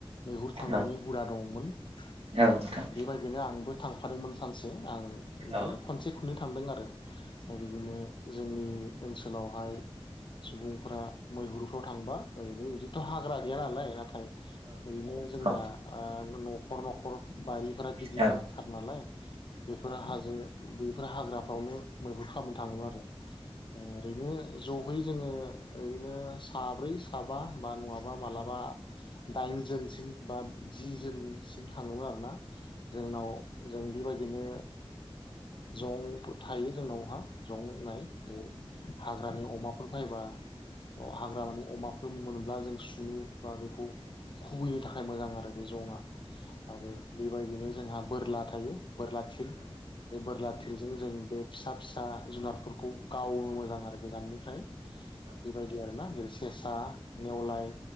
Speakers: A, on the left; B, on the right.
A: मैहुर थांनायनि
B: औ नोंथां औ
A: हुदा दंमोन। बेबायदिनो
B: औ नोंथां
A: आंबो थांफादोंमोन सानसे आं बिदिनो
B: औ नोंथां औ
A: खनसे खननै थांदों आरो दा बिदिनो जोंनि ओनसोलावहाय सुबुंफ्रा। मैहुरुफ्राव थांबा ओरैबो ओरैबोथ' हाग्रा। गैया नालाय नाथाय ओरैनो जोंना
B: औ नोंथां औ नोंथां औ नोंथां औ नोंथां औ
A: न'खर न'खर बारि। फोरा गिदिर
B: औ
A: गिदिरथार नालाय बेफोर हाजो बेफोर हाग्राफ्रावनो। मैहुर खालामनो थाङोमोन आरो ओरैनो ज'। बै जोङो ओरैनो साब्रै साबा बा नङाबा माब्लाबा दाइन जोनसिम बा जि जोनसिम थाङोमोन आरोना जोंनाव जों बेबायदि ओरैनो जं थायो जोंनावहा जं होननाय जं हाग्रानि अमाफोर फैबा हाग्रा मानि अमाफोर मोनोब्ला जों सुनो। बा बेखौ खुबैनो थाखाय मोजां आरो बे जङा आरो बेबायदिनो जोंहा बोरला थायो बोरला थिर बे बोरला थिरजों जों बे फिसा फिसा जुनादफोरखौ गानो मोजां आरो गोजाननिफ्राय। बेबायदि आरोना जेरै सेसा नेेवलाय